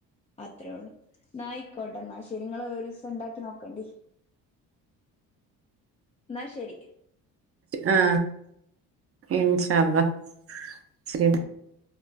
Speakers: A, on the left; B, on the right.
A: അത്രേയുള്ളൂ ന്നാ ആയിക്കോട്ടെ ന്നാ ശ ഇത് നിങ്ങള് ഒരു സെന്റാക്കി നോക്കണ്ടി ന്നാ ശരി
B: ആ ഇൻഷാ അള്ളാ <unintelligible>